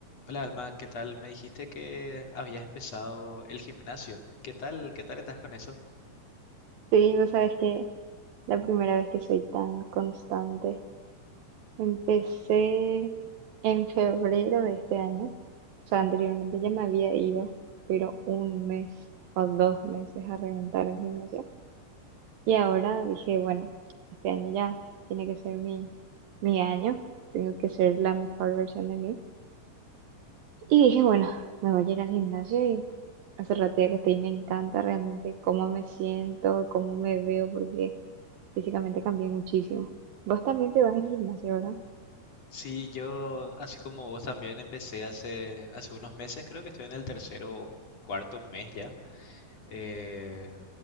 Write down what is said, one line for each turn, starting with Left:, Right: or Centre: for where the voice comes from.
Left: Hola Alma, ¿qué tal? Me dijiste que habías empezado el gimnasio. ¿Qué tal? ¿Qué tal estás con eso?
Right: Sí, vos sabes que la primera vez que soy tan constante. Empecé en febrero de este año. O sea, anteriormente ya me había ido, pero un mes o dos meses a reventar el gimnasio. Y ahora dije, bueno, este año ya tiene que ser mi, mi año. Tengo que ser la mejor versión de mí. Y dije, bueno, me voy a ir al gimnasio y hace rato ya que estoy, me encanta realmente cómo me siento, cómo me veo, porque... Físicamente cambié muchísimo. Vos también te vas al gimnasio, ¿verdad?
Left: Sí, yo, así como vos también, empecé hace, hace unos meses, creo que estoy en el tercero o cuarto mes ya. Eh,